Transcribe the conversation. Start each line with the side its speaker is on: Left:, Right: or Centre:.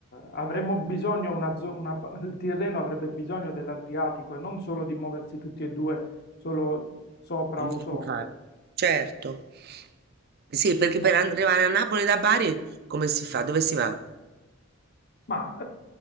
Left: avremmo bisogno, una zo- una pa- il Tirreno avrebbe bisogno dell'Adriatico e non solo di muoversi tutti e due solo sopra
Right: Ingiustificato.
Left: o sotto.
Right: certo. Sì, perché per
Left: Ottimo.
Right: arrivare a Napoli da Bari, come si fa? Dove si va?
Left: Ma